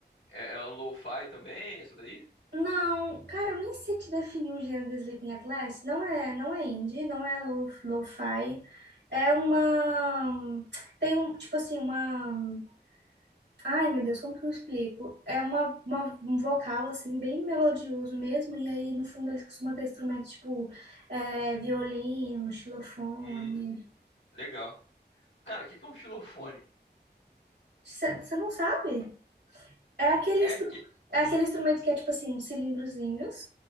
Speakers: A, on the left (about 85°); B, on the right (about 75°).
A: é, é um lo-fi também, isso daí?
B: Não, cara, eu nem sei te definir o gênero do Sleeping at Last. Não é, não é indie, não é lo- lo-fi. É uma. Tem um, tipo assim, uma. Ai, meu Deus, como que eu explico? É uma, uma- um vocal, assim, bem melodioso mesmo, e aí no fundo eles costumam ter instrumentos tipo é, violino, xilofone.
A: Hum, legal. Cara, o que que é um xilofone?
B: Você não sabe? É aquele,
A: É,
B: instru
A: aque-
B: é aquele instrumento que é tipo assim, uns cilindrozinhos,